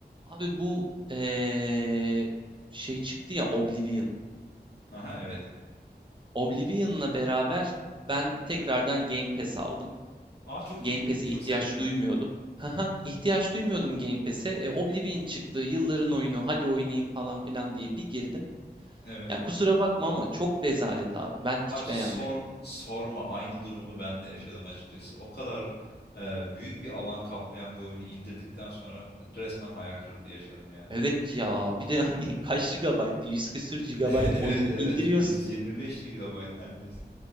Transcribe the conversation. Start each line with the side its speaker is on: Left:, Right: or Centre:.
Right: Abi bu eee, şey çıktı ya Oblivion.
Left: Aha evet.
Right: Oblivion'la beraber ben tekrardan Game Pass aldım.
Left: Aa çok
Right: Game
Left: iyi.
Right: Pass'e
Left: Çok
Right: ihtiyaç
Left: sevindim.
Right: duymuyordum. Haha, ihtiyaç duymuyordum Game Pass'e. E, Oblivion çıktı, yılların oyunu, hadi oynayayım falan filan diye bir girdim.
Left: Evet.
Right: Ya kusura bakma ama çok rezalet abi. Ben
Left: Abi
Right: hiç
Left: sor,
Right: beğenmedim.
Left: sorma aynı durumu ben de yaşadım açıkçası. O kadar e, büyük bir alan kaplayan bir oyunu indirdikten sonra resmen hayal kırıklığı yaşadım yani.
Right: Evet ya, bir de hani <laughs> kaç gigabayt, 100 küsür gigabayt
Left: <laughs> Evet
Right: oyunu indiriyorsun.
Left: evet 125 GIGABAYT neredeyse.